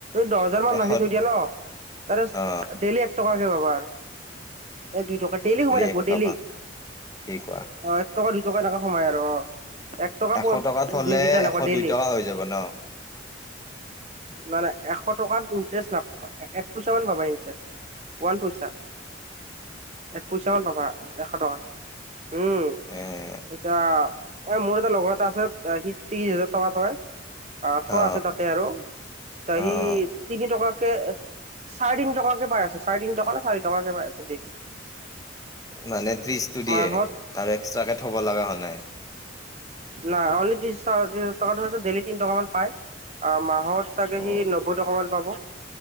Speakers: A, on the right; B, on the left.
A: দহ জন মান
B: এশ
A: ৰাখি থৈ দিয়া ন' তাৰে
B: অ
A: ডেইলি এক টকাকে পাবা আৰু। এক দুই টকা ডেইলি সোমাই থাকিব
B: এক
A: ডেইলি,
B: টকা কি কোৱা
A: অঁ' এক টকা দুই টকা এনেকা সোমাই আৰু অঁ'। এক টকা
B: এশ
A: প
B: টকাত হলে
A: দুই পইছা এনেকা
B: এশ
A: ডেইলি।
B: দুই টকা হৈ যাব ন
A: নহয় নহয়, এশ টকাত ইনত্ৰিশ নাপ এক পইচা মান পাবা ইণ্টাৰেষ্ট, ৱান পইচা, এক পইচা মান পাবা। এশ টকা, উম।
B: এ
A: এতিয়া এ মোৰ এটা লগৰ এটা আছে সি ত্ৰিশ হাজাৰ টকা থয়। আহ' থোৱা
B: অ
A: আছে তাতে আৰু
B: অ
A: সি
B: অ
A: তিনি টকা কে চাৰে তিনি টকাকে পাই আছে, চাৰে তিনি টকা নে চাৰি টকাকে পাই আছে ডেইলি।
B: মানে ত্ৰিশটো দিয়ে
A: মাহত
B: আৰু এক্সট্ৰাকে থব লগা হোৱা নাই।
A: নাই, অনলি ত্ৰিছ টকা দিয়ে <unintelligible> ডেইলি তিনি টকা মান পায়। মাহত চাগে
B: অ
A: সি নবৈ টকামান পাব।